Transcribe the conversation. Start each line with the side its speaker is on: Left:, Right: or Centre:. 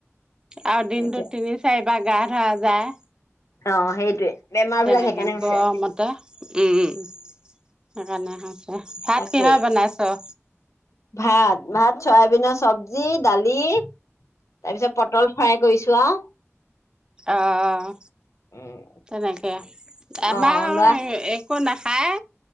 Right: আৰু দিনটোত
Left: এতিয়া
Right: তিনি চাৰিবাৰ গা ধোৱা যায়
Left: অ', সেইটোৱে বেমাৰ
Right: তেনেকে
Left: বিলাক সেইকাৰণে হৈছে
Right: গৰমতে উম। সেইকাৰণে হৈছে ভাত
Left: তাকেই
Right: কিহৰ বনাইছ?
Left: ভাত ভাত চয়াবিন চবজি, দালি তাৰপিছত পটল ফ‌্ৰাই কইছো আও।
Right: অ',
Left: উম
Right: তেনেকে আমা
Left: অ
Right: আও
Left: লৰা
Right: <unintelligible> কো নাখায়